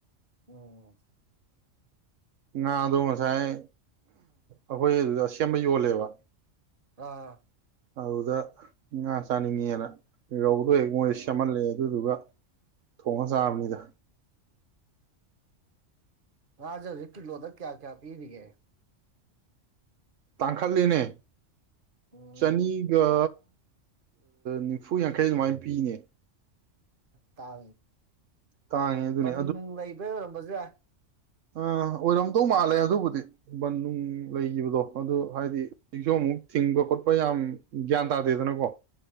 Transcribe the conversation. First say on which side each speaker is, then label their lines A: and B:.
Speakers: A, on the right; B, on the right.
A: ꯎꯝ ꯎꯝ
B: ꯉꯅꯥ ꯑꯗꯨꯣ ꯃꯁꯥꯏꯥꯏ ꯑꯩꯈꯣꯏ ꯁꯦꯝꯕ ꯌꯣꯜꯂꯦꯕ
A: ꯑꯥ
B: ꯑꯗꯨꯗ ꯉꯥ ꯆꯥꯅꯤꯡꯉꯦꯅ ꯌꯧꯕ ꯑꯗꯨ ꯍ ꯃꯣꯏ
A: ꯑꯣ
B: ꯁꯦꯝꯃꯍꯜꯂꯑꯦ ꯑꯗꯨꯗꯨꯒ ꯊꯣꯡꯉ ꯆꯥꯕꯅꯤꯗ
A: ꯔꯥꯖꯁꯤ ꯀꯂꯣꯗ ꯀꯌꯥ ꯀꯌꯥ ꯄꯤꯔꯤꯒꯦ
B: ꯇꯥꯡꯈꯠꯂꯤꯅꯦ
A: ꯎꯝ
B: ꯆꯅꯤꯒ ꯅꯤꯝꯐꯨ ꯌꯥꯡꯈꯩ ꯑꯗꯨꯃꯥꯏꯅ ꯄꯤꯅꯦ
A: ꯇꯥꯕ
B: ꯇꯥꯡꯉꯦ ꯑꯗꯨꯅꯦ
A: ꯟꯅꯅꯨꯡ ꯂꯩꯕꯔꯝꯕꯁꯥ
B: ꯑ ꯑꯣꯏꯔꯝꯗꯧ ꯃꯥꯜꯂꯦ ꯑꯗꯨꯕꯨꯗꯤ ꯕꯟ ꯅꯨꯡ
A: ꯎꯝ
B: ꯂꯩꯈꯤꯕꯗꯣ ꯑꯗꯨ ꯍꯥꯏꯗꯤ ꯁꯤꯛꯁꯨ ꯑꯃꯨꯛ ꯊꯤꯡꯕ ꯈꯣꯠꯄ ꯌꯥꯝ ꯒ꯭ꯌꯥꯟ ꯇꯥꯗꯦꯗꯅꯀꯣ